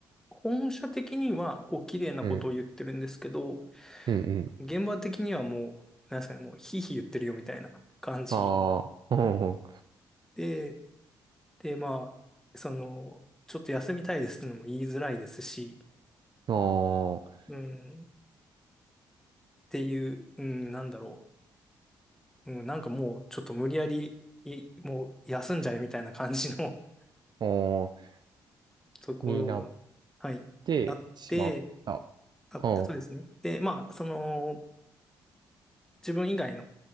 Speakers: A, in the centre; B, on the right.
A: 本社的には、こう、綺麗なことを言ってるんですけど、
B: うん、うん、うん。
A: 現場的にはもう、なんですかね、もう、ひいひい言ってるよみたいな感じ
B: ああ、うん、
A: で、で、まあ、その、ちょっと休みたいですってのも言いづらいですし、
B: ああ、
A: うん、っていう、うん、なんだろう。うん、なんかもう、ちょっと無理やり、いもう、休んじゃえみたいな感じの <laughs>
B: ああ、
A: ところが、
B: になっ
A: はい、
B: てしまった。
A: あって、
B: あ
A: あって、
B: あ、
A: そうですね。で、まあ、その、自分以外の